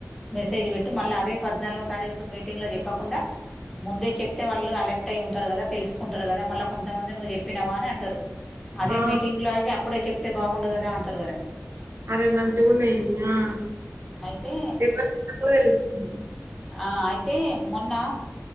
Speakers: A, in the centre; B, on the right.
A: మెసేజ్ పెట్టు మల్ల అదే పద్నాలుగో తారీకు మీటింగ్ లో చెప్పకుండ ముందే చెప్ తే వాళ్ళు అలెక్ట్ అయి ఉంటరు కదా తెలుసుకుంటరు కదా మళ్ళ కొంతమంది నువ్వు చెప్పినవా అని అంటరు అదే
B: ఆ
A: మీటింగ్ లో అయితే అప్పుడే చెప్తే బాగుండు కదా అంటరు కదా
B: అరే మంచిగున్నయి ఇవి ఆ
A: తే
B: తెల్వకుండా కూడా తెలుస్తుంది
A: ఆ అయితే మొన్నా